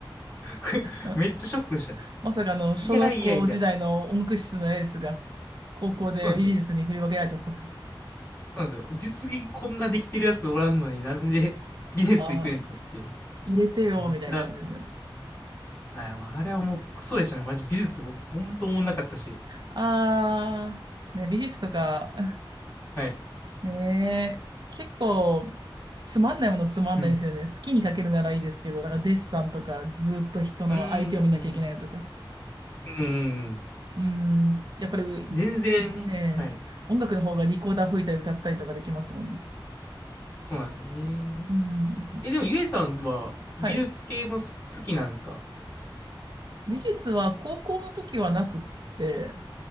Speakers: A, on the left; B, on the right.
A: <laughs>
B: た。<laughs> うん
A: めっちゃショックした。
B: まさかの小学校時代の音楽室のエースが、
A: いやいやいや、
B: 高校で美術に振り分けられちゃった。
A: そうなんですよ。そうなんですよ。実技こんなできてるやつおらんのになんで <laughs> 美術行くねんと思って。
B: ああ、入れてよ、
A: めっちゃ、
B: みたいな感じですよ。
A: はいもうあれはもうクソでしたね。マジ美術、ほんと思んなかったし。
B: ああ、ね、美術とか、
A: はい。
B: <laughs> ねえ、結構、つまんないものつまんないですよね。
A: うん。
B: 好きに描けるならいいですけど、だからデッサンとか、ずっと人の相手を見なきゃいけないのとか。
A: うーん。うーん。
B: うん、やっぱり、
A: 全然ね。
B: ねえ、
A: はい。
B: 音楽の方がリコーダー吹いたり歌ったりとかできますもんね。
A: そうなんですよね。
B: うん。
A: え、でもゆえさんは美術系もす好きなんですか
B: はい。美術は高校の時はなくって、